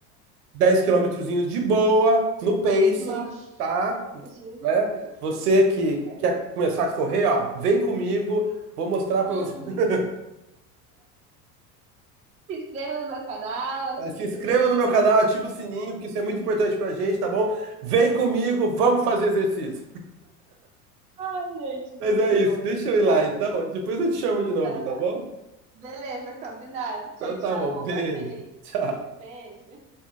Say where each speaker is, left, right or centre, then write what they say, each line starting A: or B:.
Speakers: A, on the right; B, on the right.
A: dez quilômetrozinhos de boa, no pacing,
B: Nossa,
A: tá?
B: Jesus.
A: Né? Você
B: Misericórdia.
A: que quer começar a correr, ó, vem comigo, vou mostrar pra
B: Hum.
A: você. <laughs>
B: Se inscreva no meu canal, ative
A: Eh, Se
B: o
A: inscreva
B: sininho.
A: no meu canal,
B: <laughs>
A: ativa o sininho, porque isso é muito importante pra gente, tá bom? Vem comigo, vamos fazer exercício.
B: Ai, gente, muito
A: Mas é isso,
B: bom.
A: deixa
B: Quem
A: eu ir
B: sabe
A: lá então,
B: eu me animo.
A: depois eu te chamo de novo,
B: Vai
A: tá
B: lá.
A: bom?
B: Beleza, combinado. Tchau,
A: Então
B: tchau.
A: tá bom,
B: Bom
A: beijo,
B: passeio aí.
A: tchau.
B: <laughs> Beijo.